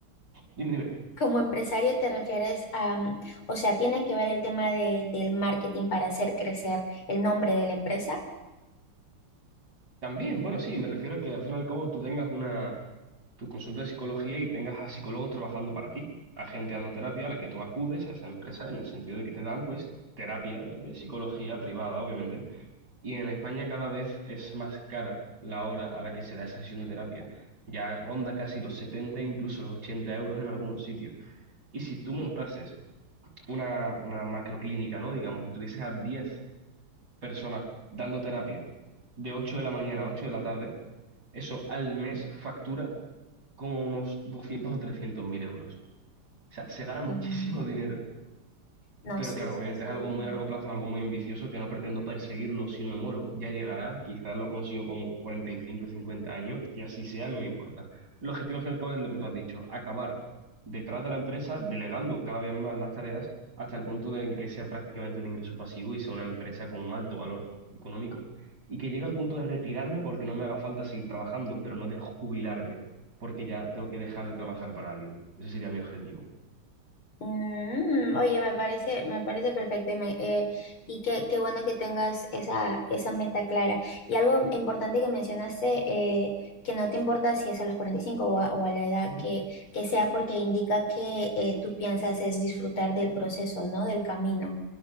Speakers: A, on the right; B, on the left.
A: dime, dime,
B: Como empresario te refieres a, mm, o sea, tiene que ver el tema de, del marketing para hacer crecer el nombre de la empresa.
A: también, bueno, sí, me refiero a que al fin y al cabo tú tengas una tu consulta de psicología y tengas a psicólogos trabajando para ti, a gente dando terapia a la que tú acudes a esa empresa en el sentido de que te dan pues terapia de psicología privada, obviamente, y en España cada vez es más cara la hora a la que se da esa sesión de terapia. Ya ronda casi los setenta incluso los 80 euros en algunos sitios. Y si tú
B: No,
A: montases una, una macroclínica, ¿no? Digamos, y tuvieses a 10 personas dando terapia de 8 de la mañana a 8 de la tarde, eso al mes factura como unos doscientos o trescientos mil euros. O sea, se gana muchísimo
B: Mm.
A: <laughs> dinero.
B: No,
A: Pero
B: sí,
A: claro,
B: sí,
A: obviamente
B: estoy
A: es algo
B: viendo.
A: muy a largo plazo, es algo muy ambicioso que no pretendo perseguirlo si no me muero. Ya llegará, quizás lo consigo con 45, 50 años, que así sea, no me importa. El objetivo al fin y al cabo es lo que tú has dicho, acabar detrás de la empresa, delegando cada vez más las tareas hasta el punto de en que sea prácticamente un ingreso pasivo y sea una empresa con un alto valor económico y que llegue al punto de retirarme porque no me haga falta seguir trabajando, pero no de jubilarme, porque ya tengo que dejar de trabajar para alguien. Ese sería mi objetivo.
B: Mm, oye, me parece, me parece perfecto y, me- eh, y qué, qué bueno que tengas esa, esa meta clara. Y algo importante que mencionaste, eh, que no te importa si es a los 45 o a, o a la edad
A: Ujú.
B: que, que sea, porque indica que eh, tú piensas es disfrutar del proceso, ¿no? Del camino.